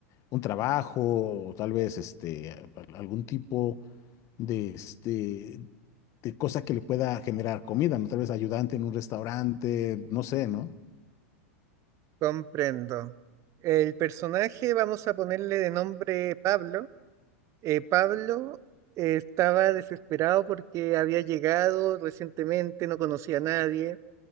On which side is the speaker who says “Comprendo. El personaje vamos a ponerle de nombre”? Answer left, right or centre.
Right